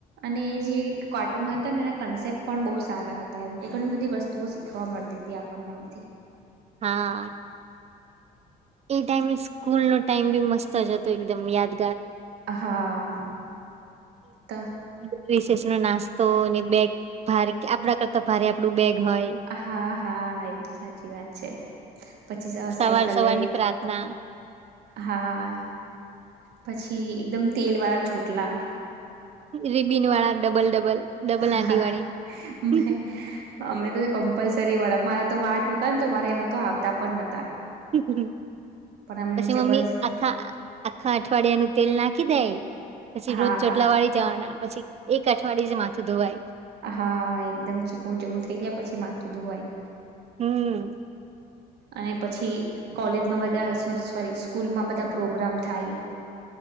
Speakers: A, on the right (about 75°); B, on the right (about 40°).
A: અને એ જે કાર્ટૂન હતા ને એના કન્સેપ્ટ પણ બહુ સારા હતા, એમ કે ઘણી બધી વસ્તુઓ શીખવા ખવા મળતી હતી આપણને એમાંથી
B: હા એ ટાઈમે સ્કૂલ નો ટાઈમ બી મસ્ત જ હતો એકદમ યાદ
A: હા તો
B: <unintelligible> રિશેષ નો નાસ્તોને બેગ ભારે આપડા કરતા ભારે આપડું બેગ હોય.
A: હા, હા એ તો સાચી વાત છે, પછી
B: સવાર
A: સાયકલ
B: સવારની
A: લઈ
B: પ્રાર્થના
A: જ હા, પછી એકદમ તેલવાળા ચોટલા
B: રિબિન વાળા ડબલ ડબલ ડબલ
A: હા
B: આંટી વાળી
A: મે અમે તો કમ્પલસરી વડાા મારા તો વાટ ટૂકા ને તો મારા એમાં તો આવતા પણ નતા,
B: <unintelligible>
A: પણ અમને
B: પછી
A: જબરજસ્ત
B: મમ્મી આખા આખા અઠવાડિયાનું તેલ નાખી દે, પછી
A: હા
B: રોજ ચોટલા વાળી જવાના પછી એક અઠવાડયે જ માથું ધોવાય,
A: હા, એકદમ ચીકણું ચીકણું થઈ જાય પછી માથું ધોવાય
B: હમ્મ
A: અને પછી કોલેજમાં બધા સોરી સ્કૂલમાં બધા પ્રોગ્રામ થાય,